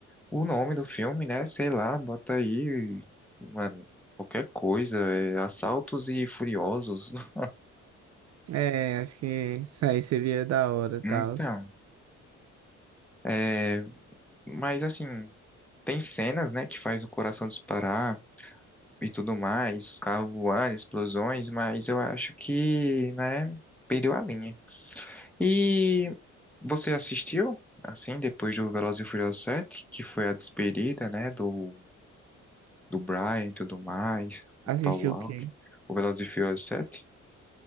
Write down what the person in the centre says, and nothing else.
o nome do filme, né? Sei lá, bota aí, mano, qualquer coisa, é, Assaltos e Furiosos. <laughs>
Então, é, mas assim, tem cenas, né, que faz o coração disparar e tudo mais, os carros voando, explosões, mas eu acho que, né, perdeu a linha. E você assistiu, assim, depois do Velozes e Furiosos 7, que foi a despedida, né, do, do Brian e tudo mais, o
Paul Walker,
o Velozes e Furiosos 7?